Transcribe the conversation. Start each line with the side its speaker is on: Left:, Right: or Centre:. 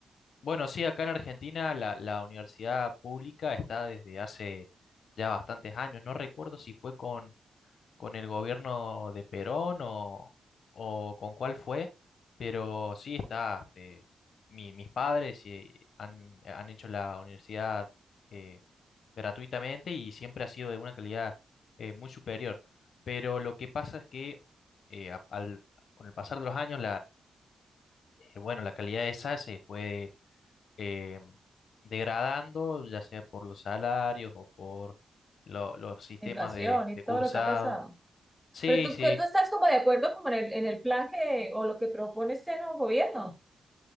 Left: Bueno, sí, acá en Argentina la, la universidad pública está desde hace ya bastantes años. No recuerdo si fue con, con el gobierno de Perón o, o con cuál fue, pero sí está, este, mi- mis padres eh, han, han hecho la universidad eh, gratuitamente y siempre ha sido de una calidad eh, muy superior. Pero lo que pasa es que eh, a- al- con el pasar de los años eh, bueno, la calidad esa se puede eh, degradando, ya sea por los salarios o por lo- los sistemas
Centre: La Inflación
Left: de, de
Centre: y todo
Left: cursado.
Centre: lo que ha pasado.
Left: Sí,
Centre: Pero tú,
Left: sí.
Centre: que tú estás como de acuerdo como en el, en el plan que, o lo que propone este nuevo gobierno,